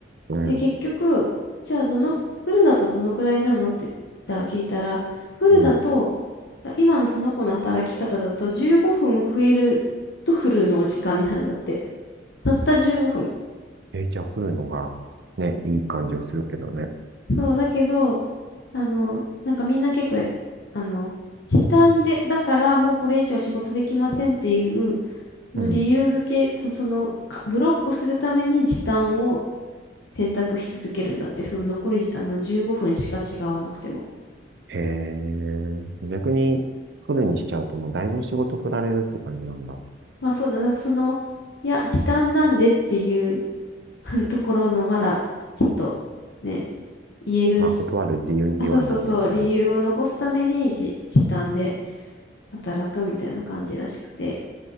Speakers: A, on the right; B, on the left.
A: うん、
B: で、結局、じゃあどの、フルだとどのぐらいなのって言ったら聞いたら、フルだと、
A: うん。
B: あ今のその子の働き方だと15分増えるとフルの時間になるんだって。たった15分。
A: え、じゃあ降るのが、ね、いい感じはするけどね。
B: そう、だけど、あの、なんかみんな結構、あの、時短で、だからもうこれ以上仕事できませんっていう、その理由付け、
A: うん。
B: その、かブロックするために時短を選択し続けるんだって、その残り、あの、15分しか違わなくても。
A: へえ、逆にフるにしちゃうともうだいぶ仕事振られるって感じなんだ。
B: まあそうだ、なんかその、いや、時短なんでっていう <laughs> ところの、まだ、ちょっと、ね、言える、
A: まあ断る理由にはなるよね。
B: あ、そうそうそう、理由を残すためにじ時短で働くみたいな感じらしくて。